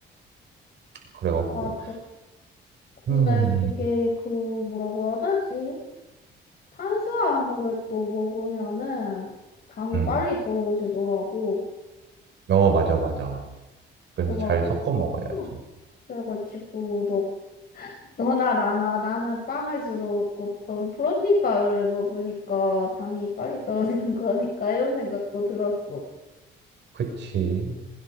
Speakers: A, on the right; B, on the left.
A: 그래갖고,
B: 맞아. 근데
A: 음,
B: 그게 그 뭐라고 해야 되지? 탄수화물을 또 먹으면은 당이
A: 음,
B: 빨리 떨어지더라고.
A: 어, 맞아, 맞아. 그래서
B: 너가
A: 잘 섞어 먹어야지.
B: 응. 그래가지고 너 너나 나나 나는 빵을 주로 먹고 넌 프로틴바를 먹으니까 당이 빨리 떨어지는 <laughs> 거니까 이런 생각도 들었어.
A: 그치.